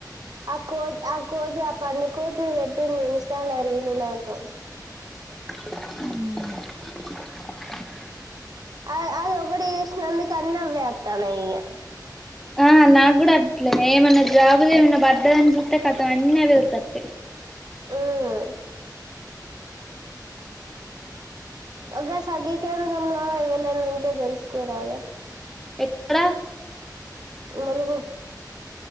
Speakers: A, on the right; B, in the centre.
A: ఆ కోతి ఆ కోతి ఆ పడు కోతు పెట్టింది ఇన్స్టాల్ లో రీలు నాకు
B: అ
A: ఆ అది ఒక ఒకటి వేసినందు అన్ని అవే వత్తన్నయ్
B: ఆ నాకు కూడా అట్లేదు ఏమన్నా జాబులు ఏమన్నా పడ్డదని చూస్తే కతం అన్నీ అవి ఎవరి కత
A: హ్మ్మ్ ఒక సగీ కేంద్రంలో ఎవళన్నా ఉంటే తెలుసుకోరదా
B: ఎక్కడ
A: ములుగు